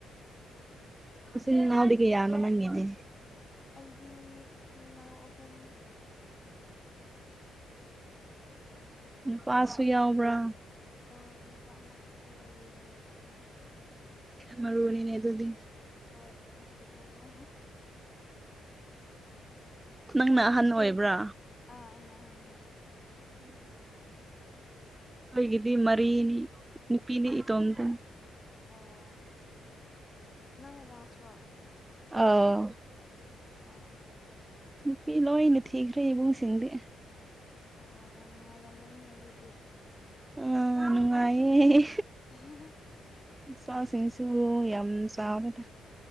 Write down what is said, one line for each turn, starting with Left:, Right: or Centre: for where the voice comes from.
Right: ꯏꯆꯤꯟ ꯏꯅꯥꯎꯗꯤ ꯀꯌꯥꯅꯣ ꯅꯪꯒꯤꯗꯤ
Left: ꯑꯩꯗꯤ ꯏꯆꯤꯜ ꯏꯅꯥꯎ ꯑꯍꯨꯝ
Right: ꯅꯨꯄꯥꯁꯨ ꯌꯥꯎꯕ꯭ꯔꯥ
Left: ꯍꯣꯏ ꯅꯨꯄꯥ ꯑꯃꯈꯛꯇ ꯌꯥꯎꯋꯤ ꯅꯨꯄꯤ ꯑꯅꯤ
Right: ꯃꯔꯨꯅꯤꯅꯦ ꯑꯗꯨꯗꯤ
Left: ꯍꯣꯏ ꯃꯦꯈꯦꯠ ꯃꯔꯨ
Right: ꯅꯪꯅ
Left: ꯅꯣꯏꯗꯤ
Right: ꯑꯍꯟ ꯑꯣꯏꯕ꯭ꯔꯥ
Left: ꯑꯥ ꯑꯩꯅ ꯑꯍꯟꯅꯦ
Right: <inaudible> ꯑꯩꯈꯣꯏꯒꯤꯗꯤ ꯃꯔꯤꯅꯤ ꯅꯨꯄꯤꯅꯤ ꯏꯇꯣꯝꯗꯅꯤ
Left: ꯑꯣ ꯅꯪꯅ ꯂꯥꯁꯠꯔꯣ
Right: ꯑꯧ
Left: ꯑꯣ
Right: ꯅꯨꯄꯤ ꯂꯣꯏꯅ ꯊꯤꯈ꯭ꯔꯦ ꯏꯕꯨꯡꯁꯤꯡꯗꯤ
Left: ꯑꯣ ꯌꯥꯝ ꯅꯨꯡꯉꯥꯏꯔꯝꯒꯅꯤ ꯑꯗꯨꯗꯤ
Right: ꯑ ꯅꯨꯡꯉꯥꯏꯌꯦ
Left: <unintelligible>
Right: ꯏꯆꯥꯁꯤꯡ ꯁꯨ ꯌꯥꯝ ꯆꯥꯎꯔꯦꯗ